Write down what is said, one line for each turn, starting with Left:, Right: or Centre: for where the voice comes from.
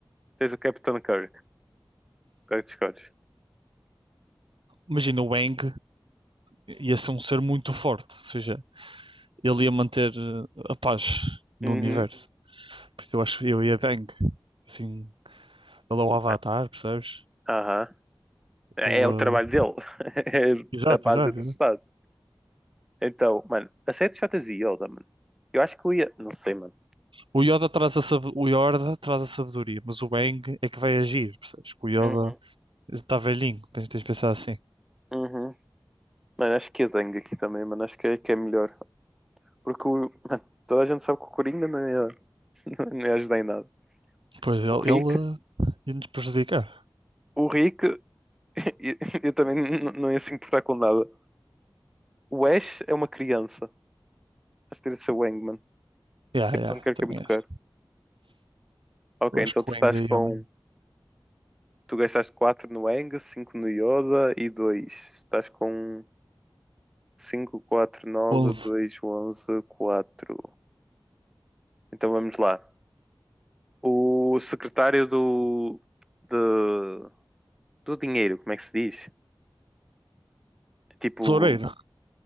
Centre: tens o Capitão Kirk. Qual é que tu escolhes?
Right: Imagina o Aang ia ser um ser muito forte, ou seja, ele ia manter eh, a paz no
Centre: Uhum.
Right: universo. Porque eu acho que eu ia de Aang. Assim, ele é o Avatar,
Centre: Mano,
Right: percebes?
Centre: Aham. É,
Right: Ele,
Centre: é o trabalho dele.
Right: eh,
Centre: <laughs>
Right: Exato,
Centre: É a paz
Right: exato.
Centre: entre os Estados. Então, mano, a série de Jotas e Yoda, mano. Eu acho que eu ia. Não sei, mano.
Right: O Yoda traz a, sab- o Yoda traz a sabedoria, mas o Aang é que vai agir, percebes? Que o Yoda
Centre: Uhum,
Right: está velhinho, tens, tens de pensar assim.
Centre: uhum. Mano, acho que a Dengue aqui também, mano. Acho que é, que é melhor. Porque o. Mano, toda a gente sabe que o Coringa não ia, <laughs> não ia ajudar em nada.
Right: Pois ele,
Centre: O Rick.
Right: ele eh, ia nos prejudicar.
Centre: O Rick. <laughs> Eu, eu também n- não ia se importar com nada. O Ash é uma criança. Acho que teria de ser o Aang, mano.
Right: Yeah,
Centre: Capitão
Right: yeah,
Centre: Kirk
Right: também
Centre: é muito
Right: acho.
Centre: caro. Ok,
Right: Eu acho
Centre: então
Right: que
Centre: tu
Right: o
Centre: estás
Right: Aang aí
Centre: com.
Right: é o melhor.
Centre: Tu gastaste 4 no Aang, cinco no Yoda e dois. Estás com 5, 4, 9,
Right: onze
Centre: 2, 11, 4. Então vamos lá. O secretário do, de- do dinheiro, como é que se diz? Tipo,
Right: Tesoureiro.